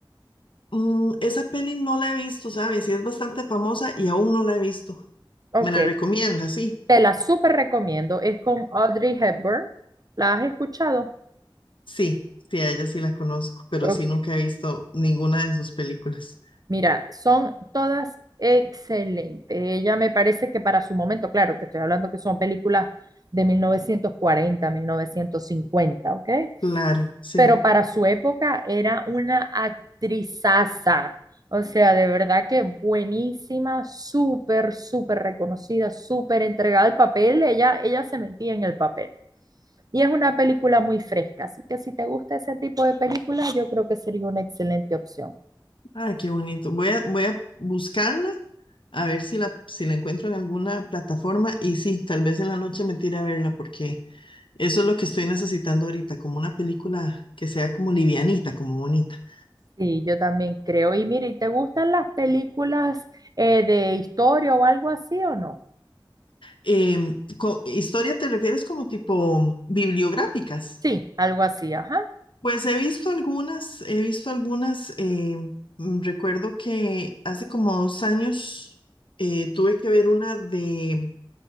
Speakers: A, on the left; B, on the right.
A: Mm, esa peli no la he visto, ¿sabes? Y es bastante famosa y aún no la he visto.
B: Ok.
A: ¿Me la recomienda? Sí,
B: Te la súper recomiendo. Es con Audrey Hepburn. ¿La has escuchado?
A: sí, sí, a ella sí la conozco, pero
B: Ok.
A: sí nunca he visto ninguna de sus películas.
B: Mira, son todas excelentes. Ella me parece que para su momento, claro, te estoy hablando que son películas de mil mil novecientos cuarenta, mil novecientos cincuenta, ¿ok?
A: Claro, sí.
B: pero para su época era una actrizaza. O sea, de verdad que buenísima, súper, súper reconocida, súper entregada al papel. Ella, ella se metía en el papel. Y es una película muy fresca, así que si te gusta ese tipo de películas, yo creo que sería una excelente opción.
A: Ah, qué bonito. Voy a, voy a buscarla a ver si la, si la encuentro en alguna plataforma y sí, tal vez en la noche me tire a verla porque eso es lo que estoy necesitando ahorita, como una película que sea como livianita, como bonita.
B: Sí, yo también creo. Y mire, ¿y ¿te gustan las películas eh, de historia o algo así o no?
A: Em, co- ¿historia te refieres como tipo bibliográficas?
B: Sí, algo así, ajá.
A: Pues he visto algunas, he visto algunas, em, mm, recuerdo que hace como dos años eh, tuve que ver una de...